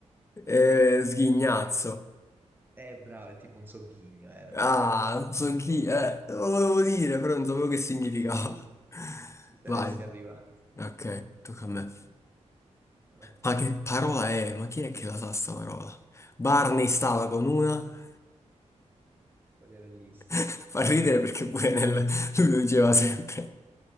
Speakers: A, on the left (about 25°); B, on the right (about 15°).
A: eh, sghignazzo.
B: no, ne- eh, bravo, è tipo un sogghigno, era per...
A: Ah, so chi, eh, lo volevo dire, però non sapevo che significava.
B: Sì, sì, sì,
A: <laughs>
B: ci saresti
A: Vai,
B: arrivato.
A: ok, tocca
B: <laughs>
A: a me.
B: Vabbè.
A: Ma che parola è? Ma chi è che la sa sta parola? Barney stava con una.
B: Quella era bellissima.
A: <laughs> Fa ridere perché pure nel... lui lo diceva sempre.